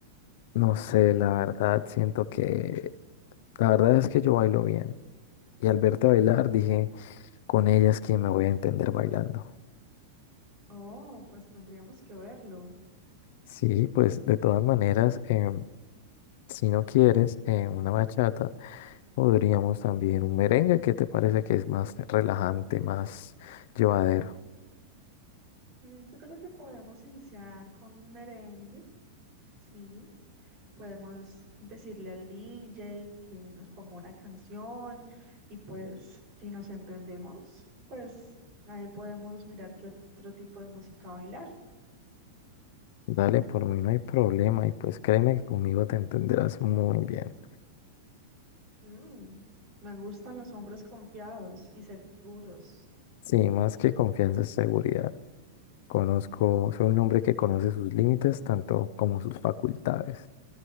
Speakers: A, on the left; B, on the right.
A: No sé, la verdad, siento que... La verdad es que yo bailo bien. Y al verte bailar dije, con ella es quien me voy a entender bailando.
B: Oh, pues tendríamos que verlo.
A: Sí, pues de todas maneras, em, si no quieres eh, una bachata, podríamos también un merengue. ¿Qué te parece que es más relajante, más llevadero?
B: Mm, Yo creo que podemos iniciar con un merengue, ¿sí? Podemos decirle al DJ que nos ponga una canción y pues si nos entendemos, pues ahí podemos mirar qué otro tipo de música bailar.
A: Dale, por mí no hay problema y pues créeme que conmigo te entenderás muy bien.
B: Mm, me gustan los hombres confiados y seguros.
A: Sí, más que confianza es seguridad. Conozco, soy un hombre que conoce sus límites tanto como sus facultades.